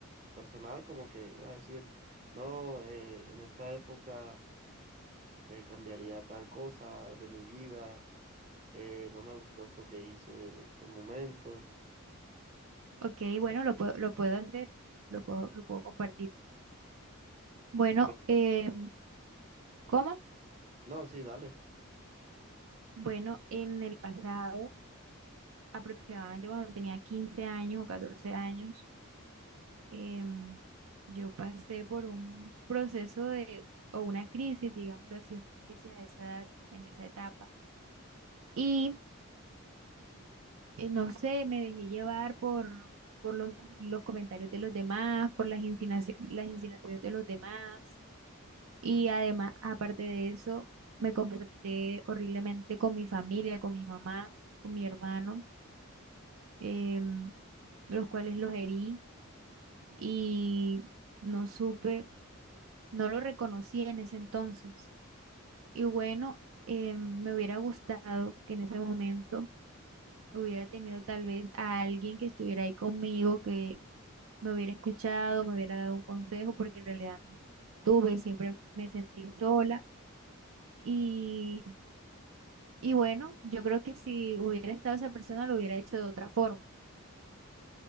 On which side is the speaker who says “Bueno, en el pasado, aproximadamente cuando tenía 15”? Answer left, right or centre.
Right